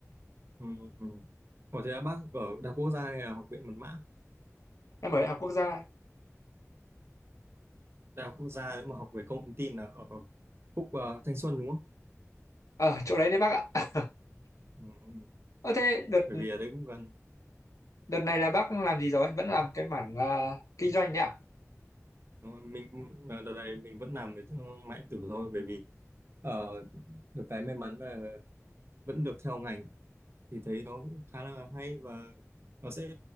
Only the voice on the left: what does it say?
<laughs> em ở đại học quốc gia
ở chỗ đấy đấy bác ạ
ờ thế đợt
đợt này là bác làm gì rồi vẫn làm cái mảng à, kinh doanh đấy ạ